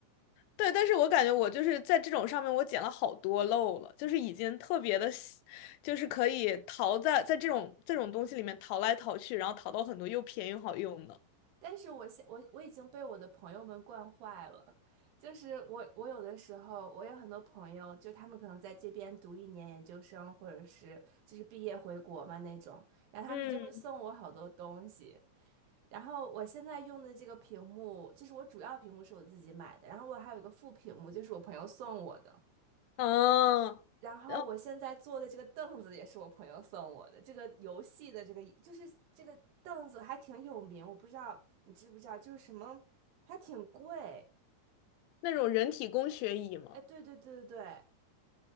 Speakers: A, on the left (about 80°); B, on the right (about 65°).
A: 对，但是我感觉我就是在这种上面我捡了好多漏了，就是已经特别的，就是可以淘在在这种这种东西里面淘来淘去，然后淘到很多又便宜又好用的。
B: 但是我现我我已经被我的朋友们惯坏了，就是我我有的时候我有很多朋友，就他们可能在这边读一年研究生，或者是就是毕业回国嘛那种，然后他们就会送我好多东西。
A: 嗯，
B: 然后我现在用的这个屏幕，就是我主要屏幕是我自己买的，然后我还有一个副屏幕，就是我朋友送我的。
A: 嗯，
B: 然后我现在坐的这个凳子也是我朋友送我的，
A: 然后
B: 这个游戏的这个就是这个凳子还挺有名，我不知道你知不知道，就是什么还挺贵。
A: 那种人体工学椅嘛。
B: 哎，对对对对对，